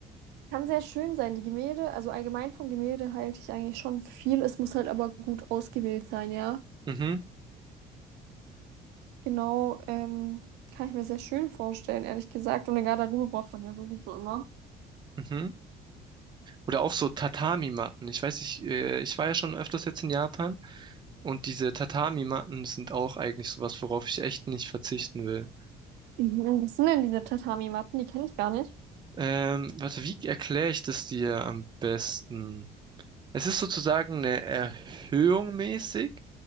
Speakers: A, on the right (about 85°); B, on the right (about 25°).
A: Kann sehr schön sein, die Gemälde. Also allgemein von Gemälde halte ich eigentlich schon viel. Es muss halt aber gut ausgewählt sein, ja.
B: Mhm,
A: Genau, ähm, kann ich mir sehr schön vorstellen, ehrlich gesagt. Und eine Garderobe braucht man ja sowieso immer.
B: mhm. Oder auch so Tatami-Matten. Ich weiß, ich, äh, ich war ja schon öfters jetzt in Japan und diese Tatami-Matten sind auch eigentlich sowas, worauf ich echt nicht verzichten will.
A: Mhm. Was sind denn diese Tatami-Matten? Die kenne ich gar nicht.
B: Ähm, warte, wie erkläre ich das dir am besten? Es ist sozusagen eine Erhöhung mäßig.